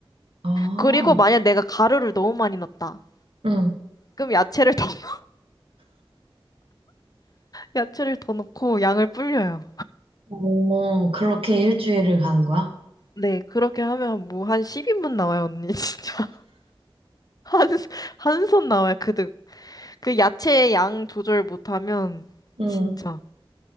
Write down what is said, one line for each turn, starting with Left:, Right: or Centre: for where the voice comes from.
Right: 아,
Left: 그리고 만약 내가 가루를 너무 많이 넣었다.
Right: 응.
Left: 그럼 야채를 더 <laughs> 야채를 더 넣고 양을 불려요.
Right: 오, 그렇게 일주일을 가는 거야?
Left: 네, 그렇게 하면 뭐 한 10인분 나와요, 언니. <laughs> 진짜. 한, 한 손 나와요, 그득. 그 야채 양 조절 못하면
Right: 응.
Left: 진짜